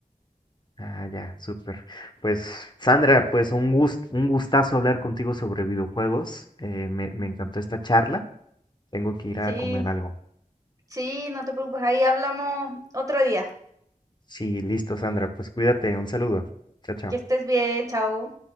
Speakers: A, on the left (about 30°); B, on the right (about 25°).
A: ah, ya, súper. Pues Sandra, pues un gust- un gustazo hablar contigo sobre videojuegos. Eh, me, me encantó esta charla. Tengo que ir
B: Sí,
A: a comer algo.
B: sí, no te preocupes. Ahí hablamos otro día.
A: Sí, listo, Sandra. Pues cuídate. Un saludo. Chao, chao.
B: Que estés bien, chao.